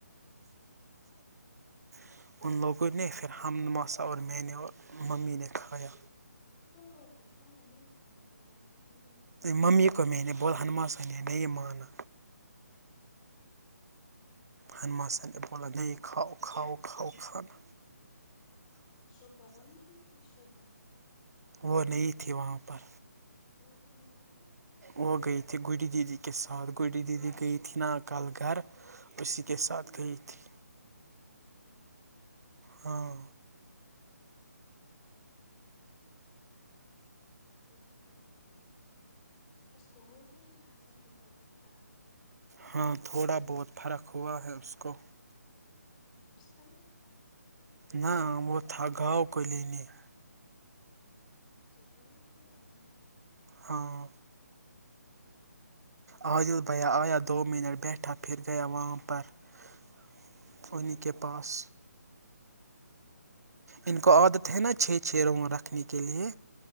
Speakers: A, on the right; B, on the left.
A: <inaudible> ان لوگوں نے پھر ہم نواسا اور میں نے اور ممی نے کھایا
B: تم لوگوں کو کھانا نہیں کھانا تھا وہاں پہ تم لوگ
A: ممی کو بولد ہنوا یہ مانا ہنما س بولو کو کانہ
B: شوبا وہی بھیہ تھی شوبا
A: وہ نہ تھی وہاں پر
B: وہ کہتی پھر
A: وہ گٮیے تھی گری دیدی کے ساتھ گری دیدی گیے تھی نا کال گھر بچس کے کے ساتھ گی تھی
B: اچھا اچھا
A: ہاں
B: توبھی توبھی اس کو ہوگئی حسن ٹوٹا کو فرق
A: ہاں تھوڑا بہت فرق ہوا ہے اس کو
B: بستر میں تھا
A: نا وہ تھا گؤ کلی نہیں
B: اچھا گائےكل آان گ تھ <unintelligible>
A: ہاں عادلبیا آیا د دو منٹ بیٹھا پھر گیا وامپر <unintelligible>
B: کہاں پر
A: پانی کے پاس ان کو عادت ہے نا چھ چھ روگوں رکھنے کے لیے